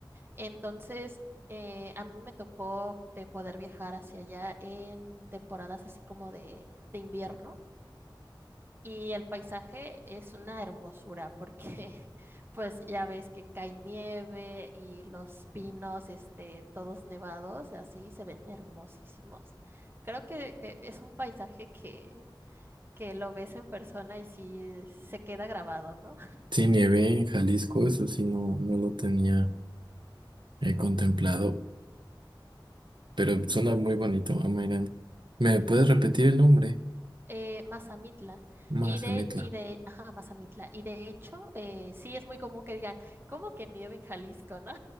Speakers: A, on the right; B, on the right.
A: Entonces, eh, a mí me tocó eh, poder viajar hacia allá en temporadas así como de, de invierno y el paisaje es una hermosura porque <laughs> pues ya ves que cae nieve y los pinos, este, todos nevados, así se ven hermosísimos. Creo que, que es un paisaje que, que lo ves en persona y sí se queda grabado, ¿no?
B: Sí, nieve en Jalisco, eso sí no, no lo tenía eh, contemplado, pero suena muy bonito, Amairán. ¿Me
A: <laughs>
B: puedes repetir el nombre?
A: Eh, Mazamitla. Y
B: Mazamitla.
A: de, y de, ajá, Mazamitla. Y de hecho, eh, sí es muy común que digan, ¿cómo que nieve en Jalisco, no?